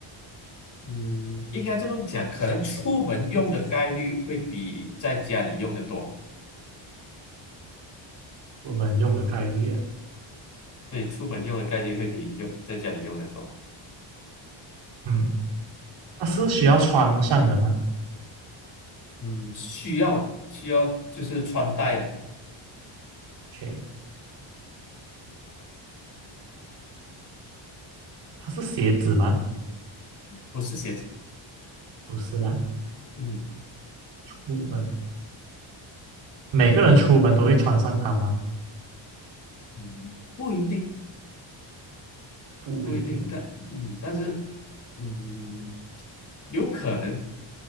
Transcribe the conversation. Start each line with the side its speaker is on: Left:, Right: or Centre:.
Left: 嗯，应该这么讲，可能出门用的概率会比在家里用的多。
Right: 我门用的概率啊。
Left: 对，出门用的概率会比用在家里用的多。
Right: 嗯。它是需要穿上的吗
Left: 嗯，需要的，需要就是穿戴的，
Right: ？OK，它是鞋子吗？
Left: 不是鞋子。
Right: 不是啦，
Left: 嗯，
Right: 出门每个人出门都会穿上它吗？
Left: 嗯不一定，
Right: 不一定，
Left: 不一定，但嗯，但是嗯，有可能。